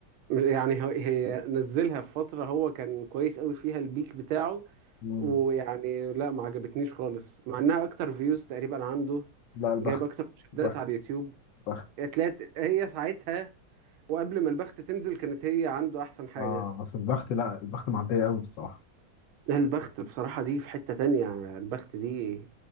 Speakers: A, on the right; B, on the left.
A: يعني هو- هي نزلها في فتره هو كان كويس قوي فيها البيك بتاعه
B: مم.
A: ويعني لا ما عجبتنيش خالص مع انها اكتر فيوز تقريبا عنده
B: لا البخت
A: جايب اكتر مشاهدات
B: بخت
A: على اليوتيوب
B: بخت
A: اتلات هي ساعتها وقبل ما البخت تنزل كانت هي عنده احسن حاجة
B: اه بس البخت لا البخت معدية قوي الصراحة
A: لا، البخت بصراحة دي في حتة تانية البخت دي